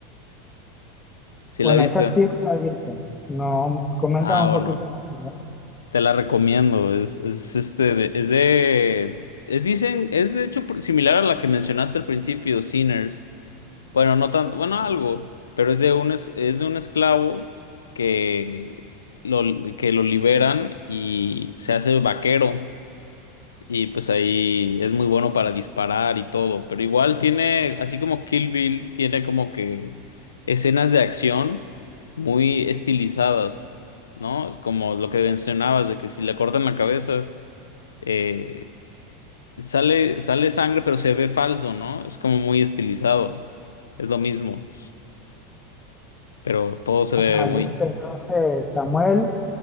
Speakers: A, on the left (about 90°); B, on the left (about 15°).
A: ¿Sí
B: Bueno,
A: la viste?
B: esa sí no la he visto. No, coméntame
A: Ah,
B: un
A: bueno,
B: poquito más también.
A: te la recomiendo. Es, es este, de- es de, es dicen, es de hecho pr- similar a la que mencionaste al principio, Sinners. Bueno, no tanto, bueno, algo, pero es de un, es, es de un esclavo que lo, que lo liberan y se hace vaquero. Y pues ahí es muy bueno para disparar y todo. Pero igual tiene, así como Kill Bill, tiene como que escenas de acción muy estilizadas, ¿no? Es como lo que mencionabas, de que si le cortan la cabeza, eh, sale, sale sangre, pero se ve falso, ¿no? Es como muy estilizado. Es lo mismo, pero todo se
B: Ajá,
A: ve muy...
B: listo. Entonces, Samuel,